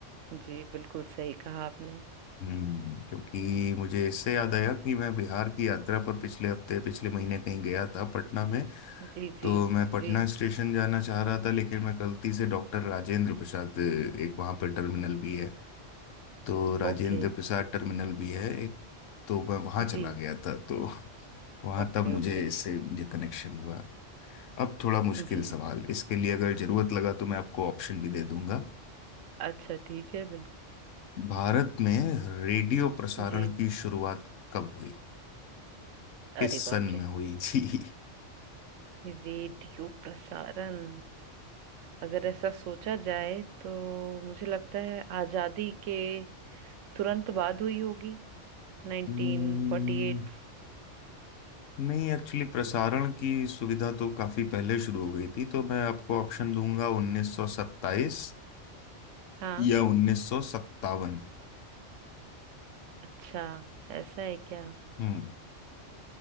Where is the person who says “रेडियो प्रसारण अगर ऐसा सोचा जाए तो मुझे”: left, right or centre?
Right